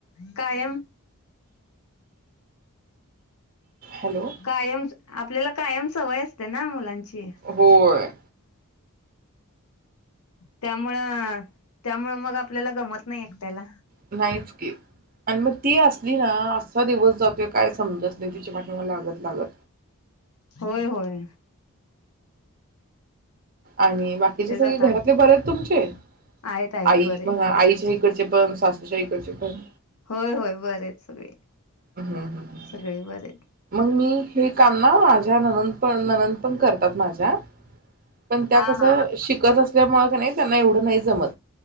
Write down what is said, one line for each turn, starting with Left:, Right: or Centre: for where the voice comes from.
Left: कायम
Right: हॅलो
Left: कायम आपल्याला कायम सवय असते ना मुलांची
Right: होय
Left: त्यामुळं त्यामुळ मग आपल्याला गमत नाही एकट्याला
Right: नाहीच की आणि मग ती असली ना असा दिवस जात ज काय समजत नाही तिच्या पाठीमाग लागत लागत.
Left: होय होय
Right: आणि बाकीचे
Left: तेच
Right: सगळे
Left: आता
Right: घरातले बरेच तुमचे
Left: आहेत आहेत
Right: आई
Left: बरे
Right: म्हणा आईच्या इकड पण सासूच्या इकडचे पण
Left: होय होय बरे आहेत सगळे.
Right: हम्म हम्म हम्म.
Left: सगळे बरे हाईत.
Right: मग मी हे काम ना माझ्या ननंद पण, ननंद पण करतात माझ्या पण त्या
Left: हा
Right: कस
Left: हा
Right: शिकत नसल्यामुळे का नाही त्यांना एवढं नाही जमत.